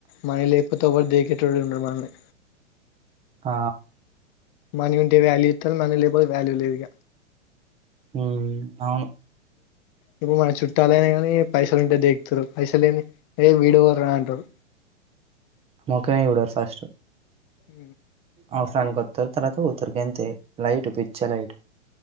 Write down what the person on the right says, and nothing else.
ఆ
ఉమ్, అవును
మొఖమే చూడరు ఫస్ట్.
అవసరానికి వస్తారు తర్వాత పోతారు అంతే లైట్ పిచ్చి లైట్